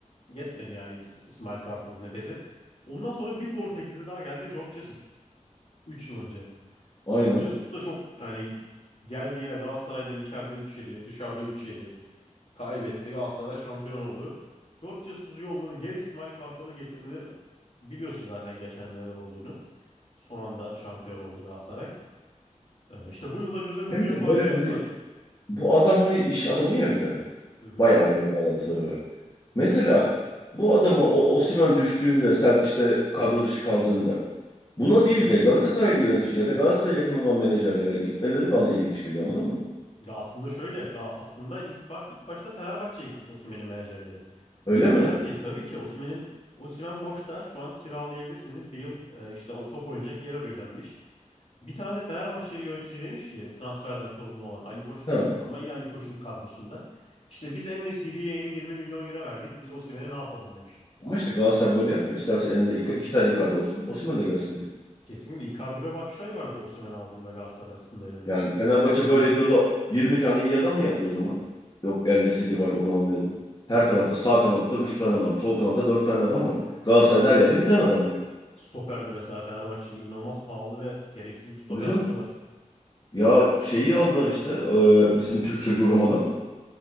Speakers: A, on the left; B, on the left.
A: Yetmedi yani İs- İsmail Kartal'ın nefesi. Ondan sonra bir Portekizli daha geldi. Jorge Jesus. 3 yıl önce.
B: Aynen.
A: Jorge Jesus da çok yani geldi yine Galatasaray'dan içeride üç yedi, dışarıda üç yedi. Kaybetti. Galatasaray şampiyon oldu. Jorge Jesus'u yolladı. Geri İsmail Kartal'ı getirdi. Biliyorsun zaten geçen neler olduğunu. Son anda şampiyon oldu Galatasaray. Ee, işte bu yılda Jose Mourinho
B: Hem de
A: faciası
B: böyle hani
A: var.
B: Bu adam hani iş adamı ya bir de.
A: Hı hı.
B: Bayağı böyle bağlantıları var. Mesela bu adama o Osimhen düştüğünde, Serp işte kadro dışı kaldığında buna değil de Galatasaraylı yönetici ya da Galatasaray'a yakın olan menajerlere gitmeleri bana ilginç geliyor anladın mı?
A: Ya aslında şöyle, Ga- aslında ilk ba- ilk başta Fenerbahçe'ye gitmiş Osimhen'in menajerleri.
B: Öyle
A: Demişler
B: mi?
A: ki tabii ki Osimhen'in Osimhen boşta şu an kiralayabilirsiniz. Bir yıl e, işte o top oynayacak yer arıyor denmiş. Bir tane de Fenerbahçeli yönetici demiş ki transferden sorumlu olan Ali Koç
B: Ha.
A: değil ama yine Ali Koç'un kadrosunda. İşte biz En-Nesyri'ye yeni 20 milyon euro verdik. Biz Osimhen'e ne yapalım demiş.
B: Ama işte Galatasaray böyle yapmıyor. İsterse elinde iki, iki tane Icardi olsun, Osimhen de gelsin diyor.
A: Kesinlikle Icardi ve Batshuayi vardı Osimhen'i aldığında Galatasaray aslında elinde.
B: Yani Fenerbahçe böyle diyor da 20 tane iyi adam niye alıyor o zaman? Yok Eldin Seri var onu almayalım. Her tarafta sağ kanatta 3 tane adam, sol kanatta 4 tane adam var. Galatasaray'da her yerde bir tane adam var.
A: Stoper'de mesela Fenerbahçe'nin inanılmaz pahalı ve gereksiz bir stoper
B: Tabii canım.
A: hattı var.
B: Ya şeyi aldılar işte e, bizim Türk çocuğu Roma'dan.